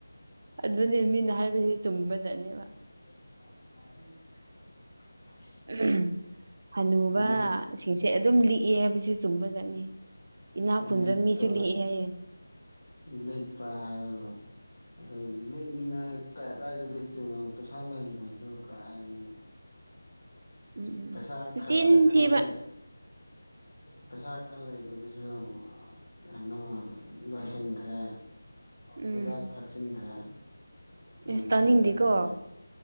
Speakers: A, on the right; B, on the left.
A: ꯑꯗꯨꯅꯦ ꯃꯤꯅ ꯍꯥꯏꯕꯁꯤ ꯆꯨꯝꯕ ꯆꯠꯅꯦꯕ
B: <unintelligible>
A: ꯎꯝ ꯍꯅꯨꯕ
B: ꯂꯤꯛ
A: ꯁꯤꯡꯁꯦ ꯑꯗꯨꯝ ꯂꯤꯛꯑꯦ ꯍꯥꯏꯕꯕꯁꯤꯦ ꯆꯨꯝꯕ ꯆꯠꯅꯤ ꯏꯅꯥ ꯈꯨꯨꯟꯕ
B: ꯂꯤꯛꯄ
A: ꯃꯤꯁꯨ ꯂꯤꯛꯑ ꯑꯦ ꯍꯥꯢ ꯌꯦ
B: ꯂꯤꯛꯄ ꯍꯥꯏꯔꯒ ꯑꯩꯈꯣꯏ ꯂꯦꯛꯅꯤꯡꯉꯥꯏ ꯀꯥꯏ ꯀꯥꯏꯗ ꯂꯦꯛꯇꯣꯏꯅꯣ ꯄꯩꯁꯥ ꯂꯩꯗꯕꯗꯣ ꯀꯥꯏꯗꯅꯣ
A: ꯎꯝ ꯎꯝ
B: ꯄꯩꯁꯥ
A: ꯃꯆꯤꯟ
B: ꯈꯔ ꯈꯔ
A: ꯊꯤꯕ
B: ꯂꯩ ꯄꯩꯁꯥ ꯈꯔ ꯂꯩꯕꯗꯨꯁꯨ ꯀꯩꯅꯣ ꯂꯣꯏ ꯊꯤꯡꯈ꯭ꯔꯦ
A: ꯎꯝ
B: ꯍꯤꯗꯥꯛ ꯊꯛꯆꯤꯟꯈ꯭ꯔꯦ ꯑꯦꯝ
A: ꯑꯦꯁ
B: ꯕꯦꯟꯗꯔꯒ
A: ꯇꯥꯅꯤꯡꯗꯦꯀꯣ